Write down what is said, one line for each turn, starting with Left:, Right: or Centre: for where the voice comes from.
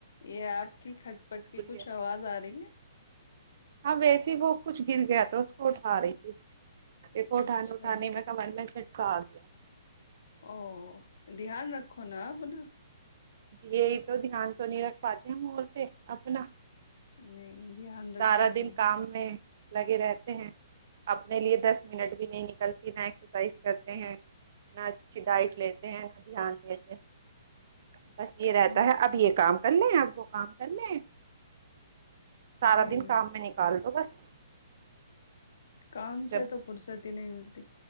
Left: یہ آپ کی کھٹ پٹ کی کچھ
Right: ہے
Left: آواز آ رہی ہے
Right: ہاں ویسے وہ کچھ گر گیا تھا اس کو اٹا رہی تھی دیکھو اٹھانے
Left: اچھا
Right: اٹھانے میں کہ من میں کا گیا
Left: او دھیان رکھو نا اپنا
Right: یہی تو دھیان تو نہیں رکھ پاتے ہم اور پہ اپنا
Left: نہیں دھیان رکھنا
Right: سارا دن
Left: چاہیے
Right: کام میں لگے رہتے ہیں اپنے لیے دس منٹ بھی نہیں نکلتی نہ ایکسرسائز کرتے ہیں نہ اچھی ڈائٹ لیتے ہیں نہ دھیان دیتے ہیں بس یہ رہتا
Left: نہیں
Right: ہے اب یہ کام کر ل آپ کو کام کر ل سارا
Left: جی
Right: دن کام میں نکال تو بس
Left: کام
Right: جب
Left: سے تو فرصت نہیں ملتی